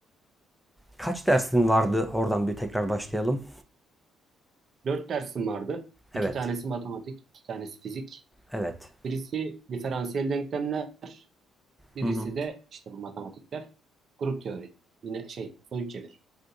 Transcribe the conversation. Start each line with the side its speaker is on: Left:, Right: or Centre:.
Centre: kaç dersin vardı? Oradan bir tekrar başlayalım.
Right: Dört dersim vardı. İki
Centre: Evet.
Right: tanesi matematik, iki tanesi fizik.
Centre: Evet.
Right: Birisi diferansiyel denklemler, birisi
Centre: Hı hı.
Right: de işte bu matematikler. Grup teori. Yine şey, soyut çevir.